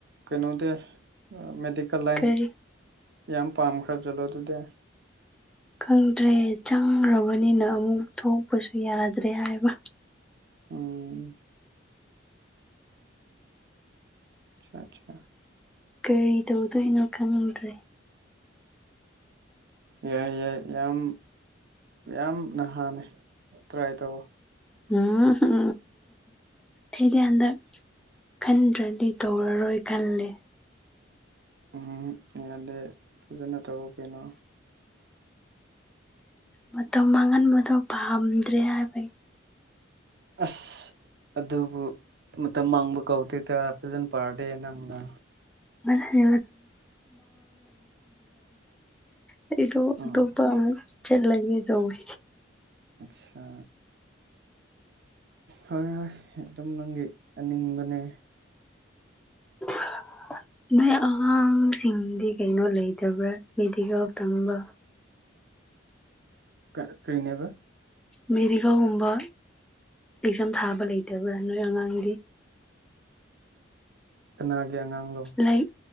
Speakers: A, on the right; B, in the centre.
A: ꯀꯩꯅꯣꯗꯤ ꯃꯦꯗꯤꯀꯦꯜ ꯂꯥꯏꯟ
B: ꯀꯔꯤ
A: ꯌꯥꯝ ꯄꯥꯝꯈ꯭ꯔꯕ ꯆꯠꯂꯣ ꯑꯗꯨꯗꯤ
B: ꯈꯪꯗ꯭ꯔꯦ ꯆꯪꯈ꯭ꯔꯕꯅꯤꯅ ꯑꯃꯨꯛ ꯊꯣꯛꯄꯁꯨ ꯌꯥꯔꯗ꯭ꯔꯦ ꯍꯥꯏꯕ
A: ꯎꯝ ꯑꯁꯥ ꯑꯆꯥ
B: ꯀꯔꯤ ꯇꯧꯗꯣꯏꯅꯣ ꯈꯪꯗ꯭ꯔꯦ
A: ꯌꯥꯏ ꯌꯥꯏ ꯌꯥꯝ ꯌꯥꯝ ꯅꯍꯥꯅꯦ ꯇ꯭ꯔꯥꯏ ꯇꯧꯑꯣ
B: ꯎꯝ ꯍꯝ ꯑꯩꯗꯤ ꯍꯟꯗꯛ ꯈꯟꯗ꯭ꯔꯗꯤ ꯇꯧꯔꯔꯣꯏ ꯈꯜꯂꯦ
A: ꯎꯝ ꯌꯥꯗꯦ ꯐꯖꯅ ꯇꯧ ꯀꯩꯅꯣ
B: ꯃꯇꯝ ꯃꯥꯡꯍꯟꯕꯗꯣ ꯄꯥꯝꯗ꯭ꯔꯦ ꯍꯥꯏꯕꯒꯤ
A: ꯑꯁ ꯑꯗꯨꯕꯨ ꯃꯇꯝ ꯃꯥꯡꯕ ꯀꯧꯗꯦꯗ ꯐꯖꯅ ꯄꯥꯔꯗꯤ ꯅꯪꯅ
B: <unintelligible> ꯑꯩꯗꯣ
A: ꯎꯝ
B: ꯑꯇꯣꯞꯄ ꯑꯃꯨꯛ ꯆꯠꯂꯒꯦ ꯇꯧꯋꯤ
A: ꯑꯆꯥ ꯍꯣꯏ ꯍꯣꯏ ꯑꯗꯨꯝ ꯅꯪꯒꯤ ꯑꯅꯤꯡꯕꯅꯦ
B: <unintelligible> ꯅꯣꯏ ꯑꯉꯥꯡꯁꯤꯡꯗꯤ ꯀꯩꯅꯣ ꯂꯩꯇꯕ꯭ꯔꯥ ꯃꯦꯗꯤꯀꯦꯜ ꯇꯝꯕ
A: ꯀꯩ ꯀꯩꯅꯦꯕ
B: ꯃꯦꯔꯤꯀꯦꯜ ꯒꯨꯝꯕ ꯑꯦꯛꯖꯥꯝ ꯊꯥꯕ ꯂꯩꯇꯕ꯭ꯔꯥ ꯅꯣꯏ ꯑꯉꯥꯡꯗꯤ
A: ꯀꯅꯥꯒꯤ ꯑꯉꯥꯡꯂꯣ
B: ꯂꯥꯏꯛ